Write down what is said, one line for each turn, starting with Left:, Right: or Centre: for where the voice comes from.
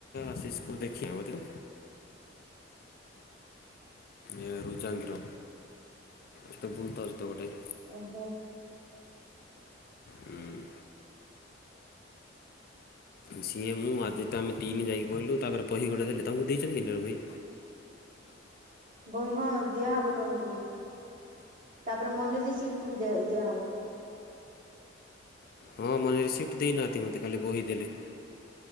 Left: ଆସିଷ କୁ ଦେଖିଆ ବୋଧେ। ଏ ରୁଜାଙ୍ଗିର ଏତେ ବୁଲତାଉଜ ତ ଗୋଟେ।
Right: ଓହୋ।
Left: ହୁଁ। ସିଏ ମୁଁ ଆଦିତ୍ୟ ଆମେ ତିନି ଯାଇକି ବଇଲୁ ତାପରେ ବହି ଗୋଟେ ଦେଲେ ତାଙ୍କୁ ଦେଇଛନ୍ତି କି ନାଇଁ ବହି?
Right: ବହି ହଁ ଦିଆହବ ତମକୁ ବି ତାପରେ ମନି ରିସିପ୍ଟ ବି ଦେ ଦିଆହବ।
Left: ହଁ ମନି ରିସିପ୍ଟ ଦେଇନାହାନ୍ତି ମୋତେ ଖାଲି ବହି ଦେଲେ।